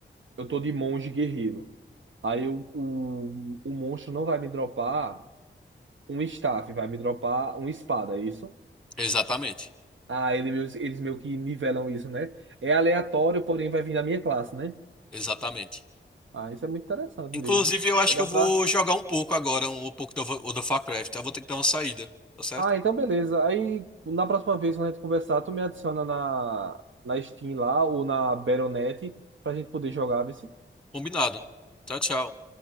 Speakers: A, on the right; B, in the centre.
A: eu tô de monge guerreiro. Aí o, o, o monstro não vai me dropar um staff, vai me dropar uma espada, é isso?
B: Exatamente.
A: Ah, ele meio- eles meio que nivelam isso, né? É aleatório, porém vai vir da minha classe, né?
B: Exatamente.
A: Ah, isso é muito interessante
B: Inclusive,
A: mesmo.
B: eu acho
A: Aí
B: que
A: dá
B: eu vou
A: pra.
B: jogar um pouco agora, um pouco do, do Warcraft. Eu vou ter que dar uma saída, tá certo?
A: Ah, então beleza. Aí na próxima vez, quando a gente conversar, tu me adiciona na, na Steam lá ou na Battle.net pra gente poder jogar, vê
B: Combinado. Tchau, tchau.